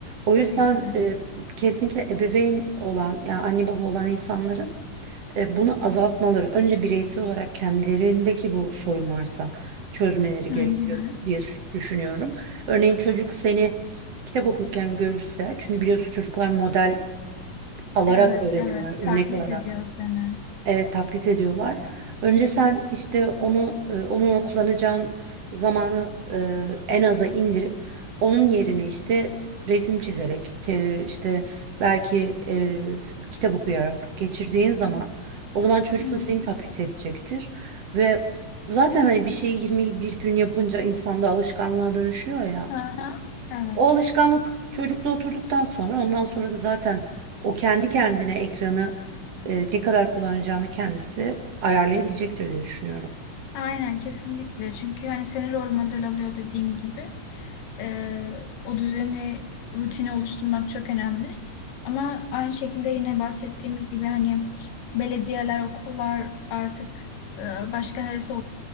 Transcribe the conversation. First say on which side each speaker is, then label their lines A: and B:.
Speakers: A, on the right (about 55°); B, on the left (about 85°).
A: O
B: tabii
A: yüzden
B: ki de.
A: e, kesinlikle ebeveyn olan yani anne baba olan insanların E, Bunu azaltmaları, önce bireysel olarak kendilerindeki bu sorun varsa çözmeleri
B: Hı
A: gerekiyor
B: hı.
A: diye sü- düşünüyorum. Örneğin çocuk seni kitap okurken görürse, çünkü biliyorsun çocuklar model alarak
B: Evet,
A: öğreniyorlar,
B: evet.
A: örnek
B: Taklit
A: alarak
B: ediyor seni.
A: Evet taklit ediyorlar. Önce sen işte onu e, onunla kullanacağın zamanı e, en aza indirip onun yerine işte resim çizerek te- işte belki e, f- kitap okuyarak geçirdiğin zaman o zaman çocuk
B: Hı hı.
A: da seni taklit edecektir ve zaten hani bir şeyi 21 gün yapınca insanda alışkanlığa dönüşüyor ya.
B: Aha, evet.
A: O alışkanlık çocukta oturduktan sonra ondan sonra da zaten o kendi kendine ekranı e, ne kadar kullanacağını kendisi ayarlayabilecektir diye düşünüyorum.
B: Aynen kesinlikle. Çünkü hani seni rol model alıyor dediğin gibi. Ee, o düzeni, rutini oluşturmak çok önemli. Ama aynı şekilde yine bahsettiğimiz gibi hani belediyeler, okullar artık e, başka neresi